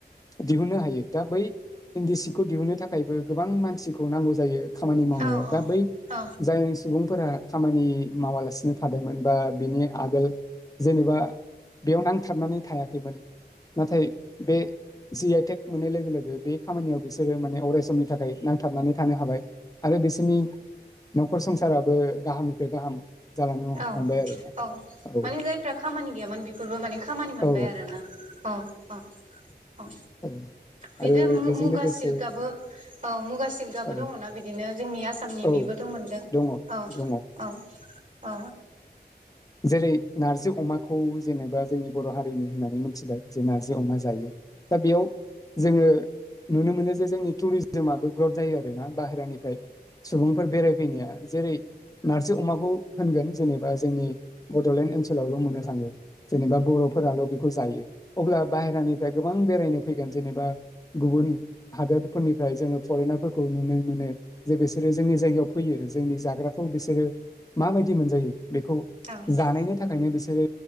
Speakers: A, on the left; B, on the right.
A: दिहुननो हायो। दा बै इन्दि सिखौ दिहुननो थाखायबो गोबां मानसिखौ नांगौ जायो। खामानि
B: औ-औ-औ-औ-औ-औ-औ-औ-औ-औ
A: मावनायाव दा बै जाय सुबुंफोरा खामानि माबालासिनो थादोंमोन बा बिनि आगोल जेनेबा बेयावनो नांथाबनानै थायाखैमोन नाथाय बे जि आइटेक मोननाय लोगो लोगो बे खामानियाव बिसोरो माने अराय समनि थाखाय नांथाबनानै थानो हाबाय। आरो बिसोरनि नखर संसाराबो गाहामनिफ्राय गाहाम जालांनो
B: औ
A: हमबाय आरोना
B: औ।
A: औ
B: माने जायफ्रा खामानि गैयामोन बेफोरबो माने खामानि मोनबाय
A: औ
B: आरोना? औ औ औ‌
A: औ
B: बिदि
A: आरो बेजों
B: मुगा
A: लोगोसे
B: सिल्कआबो औ मुगा सिल्कआबो
A: औ
B: दङना बिदिनो जोंनि आसामनि
A: औ
B: बेबोथ' मोनदों
A: दङ
B: औ
A: दङ
B: औ। अ।
A: जेरै नारजि अमाखौ जेनेबा जोंनि बर' हारिनि होननानै मिथिबाय जे नारजि अमा जायो दा बेयाव जोङो नुनो मोनो जे जोंनि टुरिजोमाबो ग्रद जायो आ रोना बाहेरानिफ्राय सुबुंफोर बेरायफैनाया जेरै नारजि अमाखौ होनगोन जेनेबा जोंनि बड'लेण्ड ओनसोलावल' मोननो थाङो। जेनेबा बर'फोराल' बेखौ जायो। अब्ला बाहेरानिफ्राय गो बां बेरायनो फैगोन जेनेबा गुबुन हादोरफोरनिफ्राय जोङो फरेेनारफोरखौ नुनो मोनो। जे बिसोरो जोंनि जायगायाव फैयो जोंनि जाग्राखौ बिसोरो माबायदि मोनजायो बेखौ जानायनि
B: औ-औ-औ-औ-औ-औ-औ-औ-औ-औ-औ-औ-औ-औ-औ-औ-औ-औ-औ-औ-औ-औ-औ-औ-औ-औ
A: थाखायनो बिसोरो